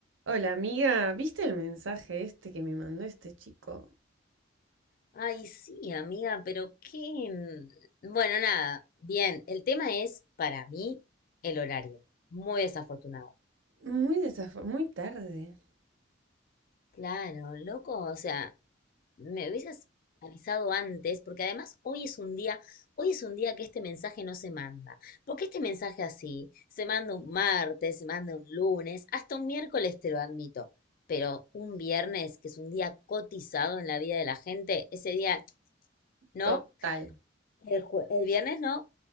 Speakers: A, on the right; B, on the left.
A: Hola amiga, ¿viste el mensaje este que me mandó este chico?
B: Ay, sí, amiga, pero qué... mm, Bueno, nada, bien, el tema es, para mí, el horario. Muy desafortunado.
A: Muy desafor, muy tarde.
B: Claro, loco, o sea, me hubieses avisado antes, porque además hoy es un día, hoy es un día que este mensaje no se manda. Porque este mensaje así, se manda un martes, se manda un lunes, hasta un miércoles te lo admito, pero un viernes, que es un día cotizado en la vida de la gente, ese día no.
A: Total,
B: El, jue- el viernes no,